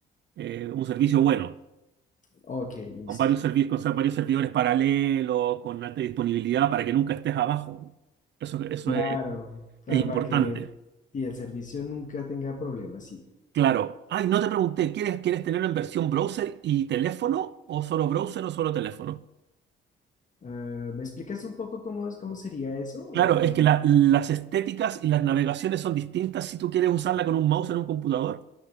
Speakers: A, on the right; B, on the left.
A: eh, un servicio bueno.
B: ok, listo.
A: con varios servidores, con ser- varios servidores paralelos, con alta disponibilidad para que nunca estés abajo. Eso, eso
B: Claro,
A: es,
B: claro,
A: es importante.
B: para que y el servicio nunca tenga problemas, sí.
A: Claro. Ay, no te pregunté, ¿quieres, quieres tenerlo en versión browser y teléfono o solo browser o solo teléfono?
B: Ah, ¿me explicas un poco cómo es, cómo sería eso? O,
A: Claro, es que la- las estéticas y las navegaciones son distintas si tú quieres usarla con un mouse en un computador